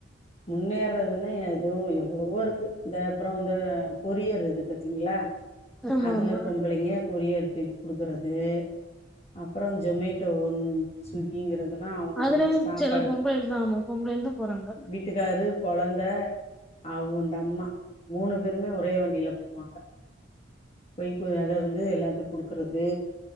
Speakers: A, on the left; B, in the centre.
A: முன்னேறதுன்னா எதோ ம் எவ்வளவோ இருக்கு இந்த அப்பற இந்த கொரியர் இது பாத்தீங்களா
B: ஆமா
A: அதுல
B: ஆமா
A: பொம்பளைங்க கொரியர் போய் குடுக்கறது அப்பறோ ஜொமேட்டோ ஸ்விக்கிங்கறதுல்லா அவங்க
B: அதுலயு
A: கொண்டு போய் சாப்பாடு
B: சில பொம்பளைகள் ஆமா பொம்பளையாள்தா போறாங்க
A: வீட்டுக்காரு கொழந்த அவுண்டம்மா மூணு பேருமே ஒரே வண்டியில போவாங்க போய்க்கு அத வந்து எல்லாத்துக் குடுக்குறது